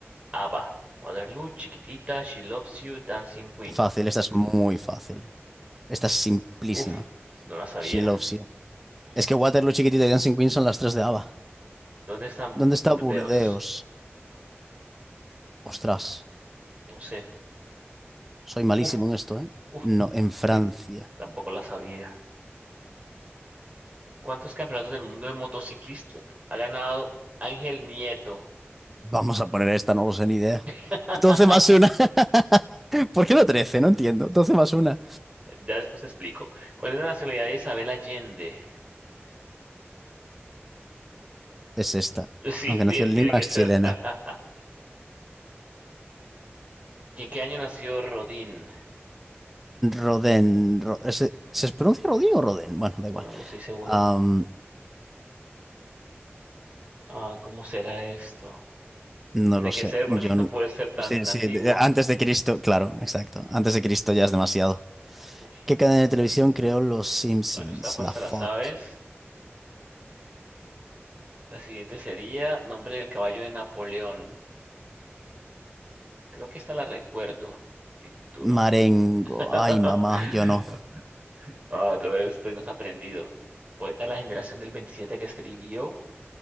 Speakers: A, on the right; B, in the centre.
A: ABBA? Waterloo, Chiquitita, She Loves You, Dancing Queen.
B: fácil, esta es muy fácil. Esta es simplísima.
A: Uf, no la sabía.
B: She loves you. Es que Waterloo, Chiquitita y Dancing Queen son las tres de ABBA.
A: ¿Dónde están
B: ¿Dónde está
A: Burdeos?
B: Burdeos? Ostras,
A: No sé.
B: soy malísimo
A: Uf,
B: en esto, ¿eh?
A: uf,
B: No, en Francia.
A: sí, tampoco la sabía. ¿Cuántos campeonatos del mundo de motociclista ha ganado Ángel Nieto?
B: Vamos a poner esta, no lo sé ni idea.
A: <laughs>
B: doce más una. <laughs> ¿Por qué no trece No entiendo. doce más una.
A: Ya después te explico. ¿Cuál es la nacionalidad de Isabel Allende? Mm,
B: Es esta.
A: Sí,
B: Aunque
A: <laughs> bien,
B: nació en
A: tiene
B: Lima,
A: que
B: es
A: ser.
B: chilena.
A: <laughs> ¿En qué año nació Rodín?
B: Rodén. Ro- ¿se, se pronuncia Rodín o Rodén? Bueno, da
A: Bueno,
B: igual.
A: no estoy seguro.
B: Am,
A: Ah, ¿cómo será esto?
B: no
A: Tiene
B: lo
A: que
B: sé.
A: ser porque
B: John.
A: <laughs> no puede ser tan
B: Sí, sí,
A: antiguo.
B: de- antes de Cristo, claro, exacto. Antes de Cristo ya es demasiado.
A: Uf,
B: ¿Qué cadena de televisión creó Los Simpsons?
A: bueno, esta fuerza
B: La Fox.
A: la sabes. La siguiente sería nombre del caballo de Napoleón. Creo que esta la recuerdo y tú no.
B: Marengo.
A: <laughs>
B: Ay, mamá, yo no.
A: Ah, todo esto y nos ha aprendido. Poeta de la generación del 27 que escribió